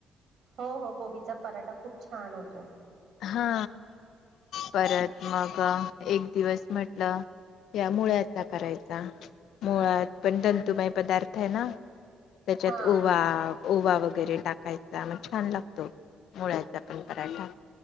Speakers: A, on the right; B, on the left.
A: हो हो कोबीचा पराठा खूप छान होतो.
B: हा. परत मग एक दिवस म्हटलं या मुळ्याचा करायचा. मुळात पण दंतुमय पदार्थ आहे ना त्याच्यात
A: हा
B: ओवा ओवा वगैरे टाकायचा मग छान लागतो मुळ्याचा पण पराठा.